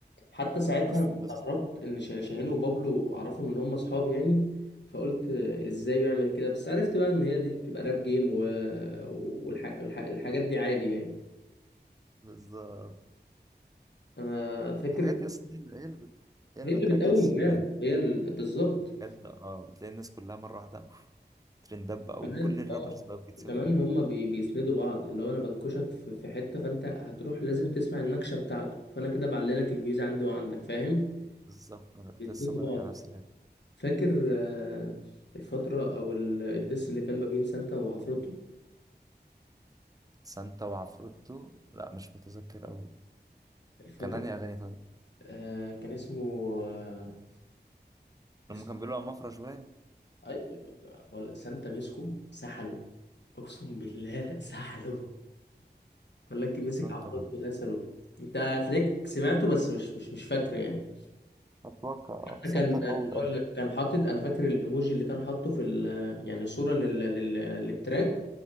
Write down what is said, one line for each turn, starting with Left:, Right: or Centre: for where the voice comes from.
Left: حتى ساعتها
Right: الناس
Left: أنا
Right: تتبسط
Left: استغربت ان شه- شاهين وبابلو اعرفهم ان هم اصحاب يعني فقلت ازاي بيعمل كده بس عرفت بقى ان هي دي بتبقى راب جيم و... والح... والح... الحاجات دي عادي يعني
Right: بالظبط
Left: انا فاكر
Right: الحاجات دي اصلا هي اللي هي اللي بت... هي
Left: هي
Right: اللي
Left: اللي
Right: بترجع
Left: بتقوم
Right: السين
Left: الراب
Right: تاني
Left: هي ال... بالظبط
Right: بجد اه بتلاقي الناس كلها مره واحده أوف، ترندات بقى
Left: كمان
Right: وكل الرابرز
Left: اه
Right: بقى بيتسمعوا
Left: وكمان هم بي... بيسندوا بعض اللي هو انا بنكشك في... في حتة فانت هتروح لازم تسمع النكشة بتاعته فانا كده بعللك الفيوز عندي وعندك فاهم
Right: بالظبط انا كنت
Left: بيسندوا
Right: لسه بقولك
Left: بعض
Right: على نفس الحته
Left: فاكر آه، الفترة أو ال- الدس اللي كان ما بين سانتا وعفروتو
Right: سانتا وعفروتو لا مش متذكر قوي
Left: الفترة
Right: كان انهي اغاني طيب
Left: آه كان اسمه آه اسمه
Right: لما كان بيقولوا على مفرش باين
Left: أي... لا، بقول سانتا مسكو سحله اقسم بالله <laughs> سحله بقول لك مسك
Right: سانتا
Left: عفروت غسله انت هتلاقيك سمعته بس مش مش مش فاكره يعني
Right: اتوقع
Left: حتى كان
Right: سانتا قوي
Left: هقول
Right: قوي
Left: لك كان حاطط انا فاكر الايموجي اللي كان حاطه في ال... يعني صورة لل... لل... للتراك